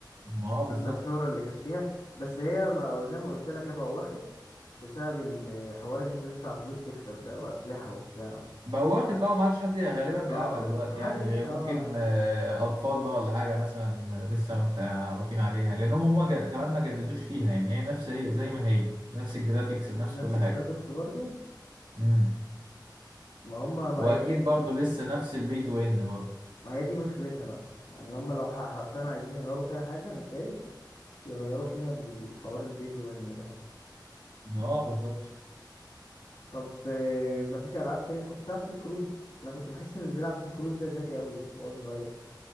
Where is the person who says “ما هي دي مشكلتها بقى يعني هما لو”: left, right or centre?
Left